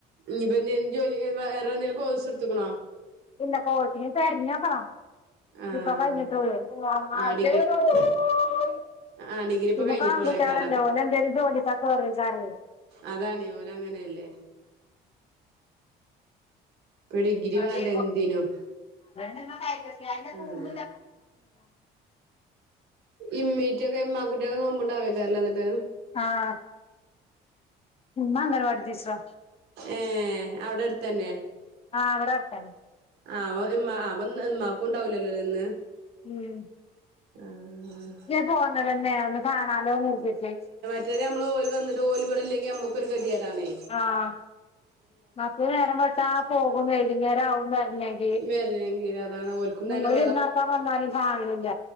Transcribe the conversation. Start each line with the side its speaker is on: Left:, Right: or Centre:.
Right: ഞ്ഞിപ്പ എന്തേം ജോലി വേറെ എന്തെങ്കിലും കോഴ്സ് എടുതുക്ണോ
Left: ഇല്ല കോയ്സ് ഞ് തെര്ഞ്ഞോക്കണം
Right: ആഹ്
Left: ഇപ്പൊ കഴിഞ്ഞിട്ടേ ഒള്ളു <unintelligible>
Right: ആഹ് ഡിഗ്രി ആ ഡിഗ്രി ഇപ്പൊ
Left: പിന്നെ
Right: കഴിഞ്ഞിട്ടോള്ളേക്കാരം
Left: ഇപ്പ ആൺകുട്ട്യേളെല്ലെ ഓല് എന്തെലും ജോലി <unintelligible>
Right: അതാണ് ഓന് അങ്ങനെയല്ലേ ഇപ്പൊ ഡിഗ്രി
Left: അതെ
Right: വേണ്ട എന്തിനും
Left: ഉം
Right: അതാണ് ഇമ്മീറ്റൊക്കെ എമാക്കുട്ടിയൊക്കെ നോമ്പ്ണ്ടാവേകാരല്ലെ ന്നട്ട്
Left: ആഹ് ഉമ്മ അംഗനവാടി ടീച്ചറാ
Right: ഏഹ് അവിടെട്ത്തന്നെ
Left: ആഹ് വടെട്ത്താ
Right: ആവഹ് ഇമ്മാ അഹ് വന്ന് ഇമ്മാക്കുണ്ടാഉല്ലല്ലോലെ ഇന്ന്
Left: ഉം
Right: ആഹ് ആഹ്
Left: പോന്ന തന്നെ അഒന്ന് കാണാലോ ന്നര്തീട്ടേ
Right: റ്റേത് അമ്മളോൽ വന്ന്ട്ട് ഓല് വിടെല്ലെങ്കി അമ്മക്കൊരു ഗദ്യേടാണേ
Left: ആഹ് മറ്റേ നേരം വെൾത്താ പോകും വൈകുന്നേരം ആവും വര്ന്നെങ്കില്
Right: വരണെങ്കില് അതാണ് ഓൽക്കും
Left: ങങ്ങള്
Right: തന്നെ
Left: വിര്ന്നാർക്കാൻ വന്നാലും കാൺലില്ല